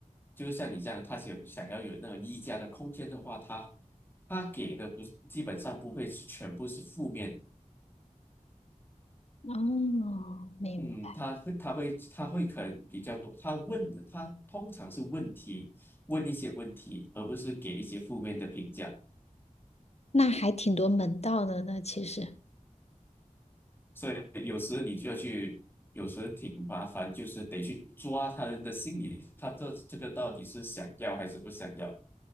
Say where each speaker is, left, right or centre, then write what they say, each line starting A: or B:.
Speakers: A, on the left; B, on the left.
A: 就像你这样，他想想要有那个溢价的空间的话，他他给的不是基本上不会是全部是负面，
B: 哦，明白。
A: 嗯，他会他会他会可能比较多，他问的他通常是问题，问一些问题，而不是给一些负面的评价。
B: 那还挺多门道的呢，其实。
A: 所以有时你就要去，有时挺麻烦，就是得去抓他人的心理，他这这个到底是想要还是不想要。